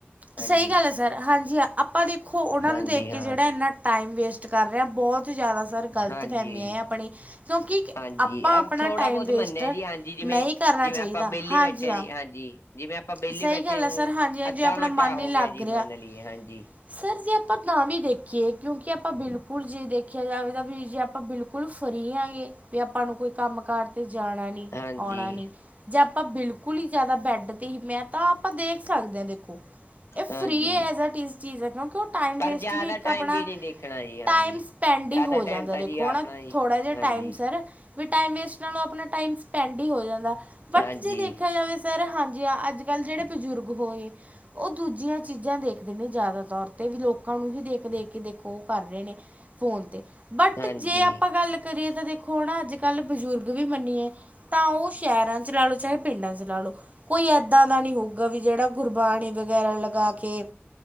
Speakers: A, on the left; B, on the right.
A: ਹਾਂਜੀ।
B: ਸਹੀ ਗੱਲ ਹੈ ਸਰ ਹਾਂਜੀ ਹਾਂ, ਆਪਾਂ ਦੇਖੋ ਓਨਾਂ
A: ਹਾਂਜੀ
B: ਨੂੰ ਦੇਖ ਕੇ
A: ਹਾਂ
B: ਜੇੜਾ ਏਨਾ ਟਾਈਮ ਵੇਸਟ ਕਰ ਰੇ ਆਂ, ਬੋਤ ਜਾਦਾ ਸਰ ਗ਼ਲਤ
A: ਹਾਂਜੀ
B: ਫਹਮੀ ਐ ਆਪਣੀ ਕਿਉਂਕਿ
A: ਹਾਂਜੀ
B: ਆਪਾਂ
A: ਅ
B: ਆਪਣਾ
A: ਥੋੜਾ
B: ਟਾਈਮ
A: ਬੋਤ
B: ਵੇਸਟ
A: ਮੰਨੇ ਆ ਜੀ ਹਾਂਜੀ ਜਿਵੇਂ,
B: ਨਹੀਂ ਕਰਨਾ
A: ਜਿਵੇਂ
B: ਚਾਹੀਦਾ
A: ਆਪਾਂ ਵੇਲੇ
B: ਹਾਂਜੀ
A: ਬੈਠੇ
B: ਹਾਂ
A: ਜੀ ਹਾਂਜੀ ਜਿਵੇਂ ਆਪਾਂ ਵੇਲੇ
B: ਸਹੀ
A: ਬੈਠੇ
B: ਗੱਲ ਹੈ
A: ਹੋ,
B: ਸਰ ਹਾਂਜੀ ਹਾਂ
A: ਅੱਧਾ
B: ਜੇ ਆਪਣਾ
A: ਘੰਟਾ
B: ਮਨ ਨਹੀਂ
A: ਹੋ
B: ਲੱਗ
A: ਗਯਾ ਜੀ
B: ਰਿਹਾ
A: ਮੰਨ ਲਿਏ ਹਾਂਜੀ
B: ਸਰ ਜੇ ਆਪਾਂ ਤਾਂ ਵੀ ਦੇਖੀਏ ਕਿਉਂਕਿ ਆਪਾਂ ਬਿਲਕੁਲ ਜੇ ਦੇਖੇਆ ਜਾਵੇ ਤਾਂ ਵੀ ਜੇ ਆਪਾਂ ਬਿਲਕੁਲ ਫ਼ਰੀ ਆਗੇ ਵੀ ਆਪਾਂ ਨੂੰ ਕੋਈ ਕੰਮ ਕਾਰ ਤੇ ਜਾਣਾ ਨੀ,
A: ਹਾਂਜੀ
B: ਆਉਣਾ ਨਹੀਂ ਜੇ ਆਪਾਂ ਬਿਲਕੁਲ ਈ ਜਾਦਾ ਬੈੱਡ ਤੇ ਹੀ, ਮੈਂ ਤਾਂ ਆਪਾਂ ਦੇਖ ਸਕਦੇ ਆਂ ਦੇਖੋ ਇਹ
A: ਹਾਂਜੀ
B: ਫ੍ਰੀ ਐਸ ਏ ਟੀਜ਼ ਚੀਜ਼ ਹੈ ਕਿਉਂਕਿ ਉਹ ਟਾਈਮ
A: ਪਰ
B: ਵੇਸਟ
A: ਜ਼ਿਆਦਾ
B: ਵੀ ਇੱਕ ਆਪਣਾ
A: ਟਾਈਮ ਵੀ ਨਹੀਂ ਦੇਖਣਾ ਜੀ ਹਾਂਜੀ
B: ਟਾਈਮ ਪੈਂਡ
A: ਜ਼ਿਆਦਾ
B: ਈ ਹੋ
A: ਟਾਈਮ
B: ਜਾਂਦਾ
A: ਤਾਂ
B: ਦੇਖੋ
A: ਜੀ ਆਪਣਾ
B: ਨਾ
A: ਜੀ
B: ਥੋੜ੍ਹਾ ਜਿਹਾ
A: ਹਾਂਜੀ
B: ਟਾਈਮ ਸਰ ਵੀ ਟਾਈਮ ਵੇਸਟ ਨਾਲੋਂ ਆਪਣਾ ਟਾਈਮ ਸਪੈਂਡ ਈ ਹੋ ਜਾਂਦਾ ਬਟ
A: ਹਾਂਜੀ
B: ਜੇ ਦੇਖਿਆ ਜਾਵੇ ਸਰ ਅੱਜ ਕੱਲ ਜਿਹੜੇ ਬਜ਼ੁਰਗ ਹੋਏ ਉਹ ਦੂਜੀਆਂ ਚੀਜ਼ਾਂ ਦੇਖਦੇ ਨੇ ਜਾਦਾਤਰ ਤੇ ਵੀ ਲੋਕਾਂ ਨੂੰ ਹੀ ਦੇਖ ਦੇਖ ਕੇ ਦੇਖੋ ਉਹ ਕਰ ਰੇ ਨੇ ਫੋਨ ਤੇ ਬਟ
A: ਹਾਂਜੀ
B: ਜੇ ਆਪਾਂ ਗੱਲ ਕਰੀਏ ਤੇ ਦੇਖ ਥੋੜਾ ਅੱਜ ਕੱਲ੍ਹ ਬਜ਼ੁਰਗ ਵੀ ਮੰਨੀਏ ਤਾਂ ਉਹ ਸ਼ਹਿਰਾਂ ਚ ਲਾ ਲੋ ਚਾਹੇ ਪਿੰਡਾਂ ਚ ਲਾ ਲੋ ਕੋਈ ਏਦਾਂ ਦਾ ਨੀ ਹੋਊਗਾ ਵੀ ਜਿਹੜਾ ਗੁਰਬਾਣੀ ਵਗੈਰਾ ਲਗਾ ਕੇ